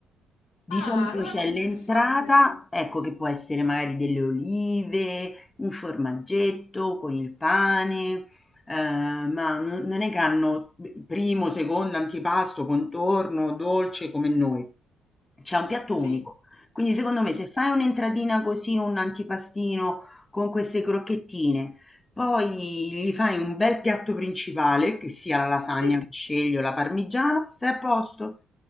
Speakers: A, on the left (about 25°); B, on the left (about 80°).
A: Di
B: Ah,
A: solito
B: allora
A: c'è
B: è proprio
A: l'entrata,
B: interessante.
A: ecco che può essere magari delle olive, un formaggetto con il pane, eh, ma non non è che hanno primo, secondo, antipasto, contorno, dolce come noi. C'è un piatto
B: Sì,
A: unico. Quindi secondo me
B: Mm,
A: se fai un'entradina così, un antipastino con queste crocchettine poi gli fai un bel piatto principale, che sia la lasagna,
B: sì.
A: il scegli o la parmigiana, stai a posto.